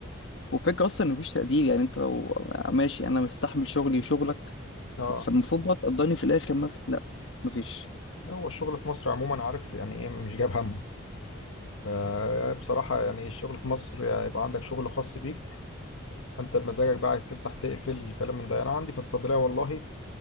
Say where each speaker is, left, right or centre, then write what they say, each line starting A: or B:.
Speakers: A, on the left; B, on the left.
A: وفكرة اصلا ان مفيش تقدير يعني انت لو ماشي انا مستحمل شغلي وشغلك
B: اه
A: فالمفروض بقى تقدرني في الاخر مثلا لا مفيش
B: هو الشغل في مصر عموما عارف يعني ايه مش جايب همه ف- بصراحة يعني الشغل في مصر يعني يبقى عندك شغل خاص بيك انت بمزاجك بقى عايز تفتح تقفل الكلام من ده انا عندي في الصيدلية والله